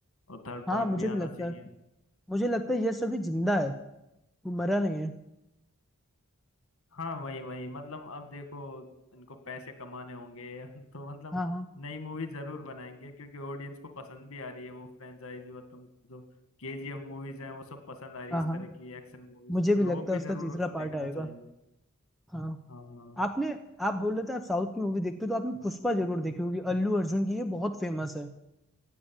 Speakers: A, on the left; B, in the centre.
A: और थर्ड पार्ट
B: हाँ मुझे
A: भी
B: भी
A: आना
B: लगता
A: चाहिए
B: है मुझे लगता है यस अभी जिंदा है वो मरा नहीं है
A: हाँ वही वही मतलब अब देखो इनको पैसे कमाने होंगे <laughs> तो मतलब
B: हाँ हाँ
A: नई मूवी जरूर बनाएंगे क्योंकि ऑडियंस को पसंद भी आ रही है वो फ्रेंचाइज मतलब जो केजीएफ मूवीज हैं वो सब पसंद आ रही
B: हाँ
A: है इस
B: हाँ
A: तरह की एक्शन मूवीज
B: मुझे
A: तो
B: भी
A: लोग
B: लगता
A: भी
B: है उसका
A: जरूर
B: तीसरा
A: उसको
B: पार्ट
A: देखना
B: आएगा
A: चाहेंगे
B: हाँ
A: हाँ
B: आपने आप बोल रहे थे आप साउथ की मूवी देखते हो तो आपने पुष्पा जरूर देखी होगी अल्लू अर्जुन की ये बहुत फेमस है